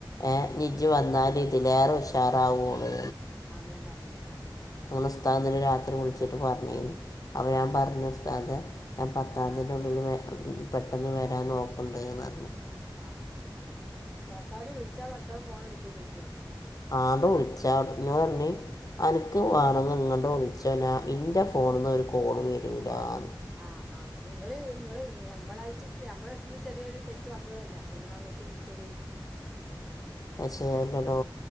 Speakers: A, on the left (about 45°); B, in the centre.
A: ഏഹ് ഇനി
B: അതന്നെ
A: ഞ്ജ് വന്നാല് ഇതിലേറെ ഉഷാറാവോള്
B: ആഹ് അങ്ങനെ പറഞ്ഞ് ആ ആഹ്
A: അന്നുസ്താദിനെ രാത്രി വിളിച്ചിട്ട് പറഞ്ഞീന് അപ്പ
B: ആ
A: ഞാം പറഞ്ഞു ഉസ്താദേ ഞാൻ പത്താന്തിൻ്റെ
B: ആ
A: ഉള്ളില് വെ പെട്ടെന്ന് വരാൻ നോക്ക്ണ്ട്ന്നർഞ്ഞു
B: ആഹ് ആ ആ ഭർത്താവിനെ വിളിച്ചാ ഭർത്താവ് ഫോണെടുക്കൂലേക്കു.
A: ആണ്ട് വിളിച്ചാ ന്നോടർഞ്ഞ് അൻക്ക്
B: ആ
A: വാണങ്ങി ങ്ങട്ട് വിൾ ച്ചൊ ന ഇൻ്റെ ഫോണ്ന്ന് ഒരു കോള് വരൂലാന്ന്
B: ആഹ് ആഹ് നിങ്ങെള് ഇങ്ങെള് ഞമ്മളായ്ട്ട് ത് ഞമ്മെളെട്ത്ത്ന്ന് ചെറിയൊരു തെറ്റ് വന്ന്തല്ലേ പ്പ ങ്ങളങ്ങോട്ട് വിൾച്ചോളീ
A: പക്ഷെ എന്നടോ